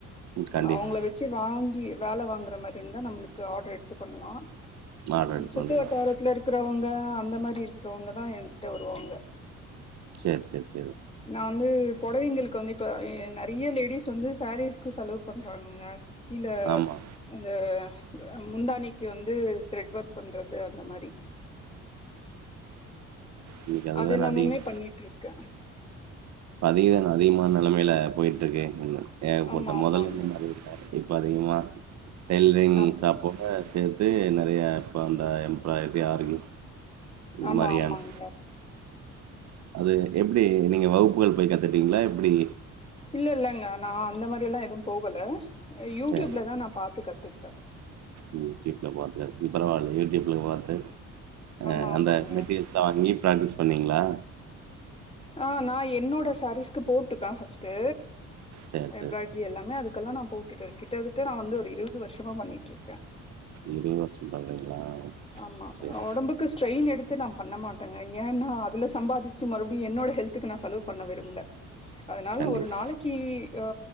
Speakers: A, on the right; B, on the left.
A: ம் கண்டிப்பா.
B: அவங்கள வ வச்சு வாங்கி வேலை வாங்குற மாதிரி இருந்தா நம்மளுக்கு ஆர்டர் எடுத்து பண்ணலாம் உம்
A: ஆர்டர் எடுத்து
B: சுத்தி
A: பண்ணலாம்.
B: வட்டாரத்துல இருக்கறவங்க அந்த மாதிரி இருக்கிறவங்க தான் என்கிட்ட வருவாங்க
A: சேரி சேரி ச
B: நான் வந்து புடவைங்களுக்கு வந்து இப்ப நிறைய லேடிஸ் வந்து சாரீஸ்க்கு செலவு பண்றாங்கங்க இந்த
A: ஆமா.
B: இந்த முந்தாணிக்கு வந்து த்ரெட் ஒர்க் பண்றது அந்த மாதிரி
A: இன்னைக்கு அதுதான
B: அது எல்லாமே
A: அதிகம்.
B: பண்ணிட்டு இருக்கே
A: இப்போ அது அதிகமான நிலைமையில போய்ட்டுருக்கு ஏகப்பட்ட
B: ஆமா ஆமாங்க
A: முதல் <inaudible> மாதிரி இருட்டேன் இப்போ அதிகமா டெய்லரிங்
B: ஆமா
A: சாப்போ <inaudible> <unintelligible> அத சேர்த்து நிறைய இப்போ அந்த எம்ப்ளாயி ஆருக்கும் இது
B: ஆமா
A: மாதிரியான
B: ஆமாங்க
A: அது எப்படி நீங்க வகுப்புகள் போய் கத்துட்டீங்களா எப்படி
B: இல்ல இல்ல இல்லங்க நான் அந்த மாதிரி எல்லாம் எதுவும் போகலை யூடியூப்ல
A: ச
B: தான் நான் பார்த்து கத்துக்கிட்டேன்
A: யூடியூப்ல பார்த்து இ பரவாயில்ல யூடியூப்ல பார்த்து ஆ
B: ஆமா ஆமாங்க
A: அந்த மெட்டீரியல்ஸ் சோ அங்கேயேயும் ப்ராக்டிஸ் பண்ணீங்களா
B: ஆ நான் என்னோட சாரீஸ்க்கு போட்டு பார்த்துட்டு
A: சேர்
B: எம்ப்ராய்டரி
A: சேர்
B: அப்படி எல்லாமே அதுக்கெல்லாம் நா போட்டு கிட்டத்தட்ட நான் வந்து ஒரு இருபது வருஷமா பண்ணிட்டு இருக்கேன்
A: இருபது வருஷம் பண்றீங்களா
B: ஆமா
A: சேர்
B: உடம்புக்கு ஸ்ட்ரெயின் எடுத்து அது நா பண்ணமாட்டேங்க ஏனா அதுல சம்பாதிச்சு மறுபடியு என்னோட ஹெல்த்துக்கு நா செலவு பண்ண விரும்புல அதனால
A: கண்டிப்
B: ஒரு நாளைக்கு அ